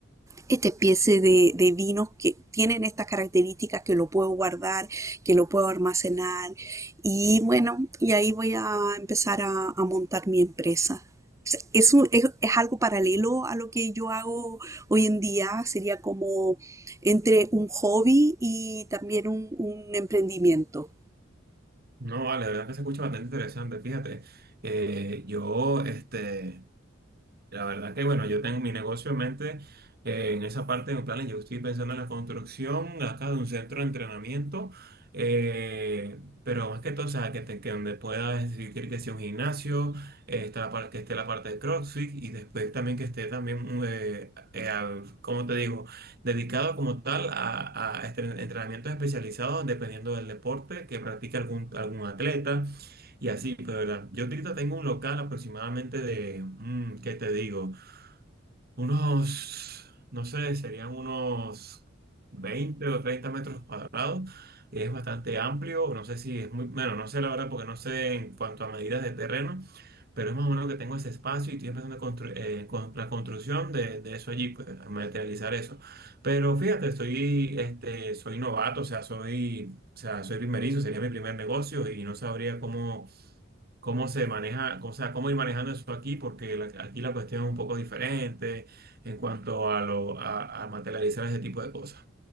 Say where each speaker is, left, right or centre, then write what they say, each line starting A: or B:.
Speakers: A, on the right (about 15°); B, on the right (about 50°).
A: esta especie de, de vinos que tienen estas características que lo puedo guardar, que lo puedo almacenar. Y bueno, y ahí voy a empezar a, a montar mi empresa. O sea, Es, un- es, es algo paralelo a lo que yo hago hoy en día. Sería como entre un hobby y también un, un emprendimiento.
B: No, vale, la verdad que se escucha bastante interesante. Fíjate, eh, yo, este, La verdad que bueno, yo tengo mi negocio en mente eh, en esa parte de mis planes. Yo estoy pensando en la construcción acá de un centro de entrenamiento, eh, pero más que todo, o sea, que, te- que donde pueda decir que sea un gimnasio, eh, está la par- que esté la parte de CrossFit y después también que esté también, mm, eh, eh, a- ¿cómo te digo? Dedicado como tal a, a este- entrenamientos especializados dependiendo del deporte que practica algún, algún atleta. Y así, pues, verdad. Yo ahorita tengo un local aproximadamente de, mm, ¿qué te digo? Unos, no sé, serían unos 20 o 30 metros cuadrados. Es bastante amplio, no sé si es muy, bueno, no sé la verdad porque no sé en cuanto a medidas de terreno, pero es más o menos que tengo ese espacio y estoy empezando a constru- eh, con la construcción de, de eso allí, pues, a materializar eso. Pero fíjate, estoy, este, soy novato, o sea, soy, o sea, soy primerizo, sería mi primer negocio y no sabría cómo cómo se maneja, o sea, cómo ir manejando eso aquí, porque la- aquí la cuestión es un poco diferente en cuanto a, lo, a, a materializar ese tipo de cosas.